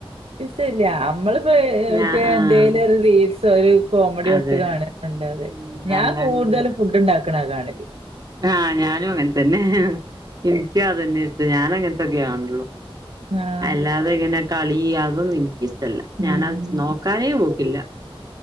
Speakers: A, on the right; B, on the right.
A: ഇസ്തയില്യ നമ്മളിപ്പോ മറ്റേ
B: ഞാ ആഹ്
A: എന്തേലും ഒരു റീൽസോ ഒരു കോമഡി
B: അതെ
A: തൊട്ട് കാണ്‌കാന്നല്ലാതെ
B: ഉം
A: ഞാൻ
B: അല്ലാണ്ട്
A: കൂടുതലും ഫുഡ് ഉണ്ടാക്കണ കാണല്
B: ആഹ് ഞാനും അങ്ങനെ തന്നെ എനിക്കും അതന്നെ ഇഷ്ടം ഞാനും അങ്ങനത്തൊക്കെ കാണുള്ളൂ
A: ആഹ്.
B: അല്ലാതെ ഇങ്ങനെ കളി അതൊന്ന എനിക്ക് ഇഷ് ടല്ല
A: ഉം.
B: ഞാനത് നോക്കാനേ പോക്കില്ല